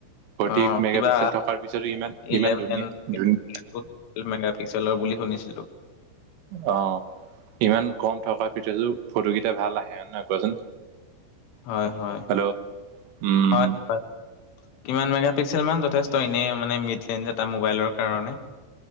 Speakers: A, on the right; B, on the left.
A: ফৰ্টি
B: অ',
A: এইট মেগাপিক্সেল
B: কিবা
A: থকাৰ পিছতো ইমান,
B: ইলেভেন
A: ইমান ধুনীয়া ধুন
B: <unintelligible> মেগা পিক্সেলৰ বুলি শুনিছিলো।
A: অ', ইমান কম থকাৰ পিছতো, ফটো গিটা ভাল আহে, হয় নহয় কোৱাচোন?
B: হয়, হয়,
A: হেল্ল' উম
B: হয় হয়। কিমান মেগাপিক্সেল মান যথেষ্ট ইনে মানে মিথ লেণ্ড এটা মোবাইলৰ কাৰণে?